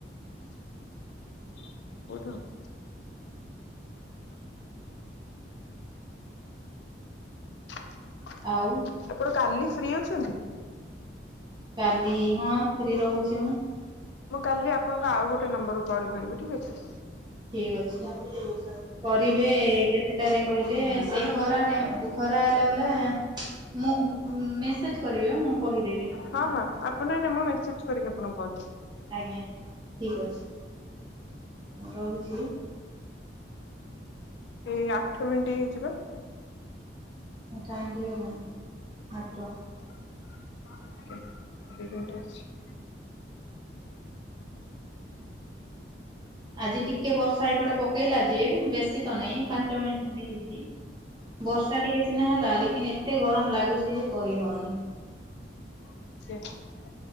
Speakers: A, on the left (about 75°); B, on the right (about 25°).
A: <unintelligible> <unintelligible>
B: ଆଉ।
A: ଆପଣ କାଲି ଫ୍ରି ଅଛନ୍ତି?
B: କାଲି ହଁ ଫ୍ରି ରହୁଛି ମୁଁ।
A: ମୁଁ କାଲି ଆପଣଙ୍କୁ ଆଉ ଗୋଟେ ନମ୍ବରରୁୁ କଲ୍ କରିବି ଠିକ ଅଛି।
B: ଠିକ ଅଛି। କରିବେ କେତେଟାରେ କହିଲେ ସେ ଖରା ଟ ଖରା ହେଲା ବଲା ମୁଁ ମେସେଜ କରିବି ମୁଁ କହିଦେବି। ହେଲା
A: ହଁ ହଁ ଆପଣ ନା ନା ମୁଁ ମେସେଜ କରିକି ଆପଣଙ୍କୁ କଲ୍ କରିବି।
B: ଆଜ୍ଞା ଠିକ ଅଛି ରହୁଛି।
A: ଏଇ ଆଠ ମିନିଟ ହେଇଯି ବ।।
B: <unintelligible>
A: <unintelligible>
B: ଆଜି ଟିକେ ବର୍ଷା ଏଇପଟେ ପକେଇଲା ଯେ ବେଶୀ ତ ନହିଁ ପାଞ୍ଚ ମିନିଟ ଖଣ୍ଡେ ହେଇଛି। ବର୍ଷା ଟିକେ ସିନା ହେଲା ଲେକିନ ଏତେ ଗରମ ଲାଗୁଛି ଯେ କହିହଉନି। <unintelligible>
A: <unintelligible>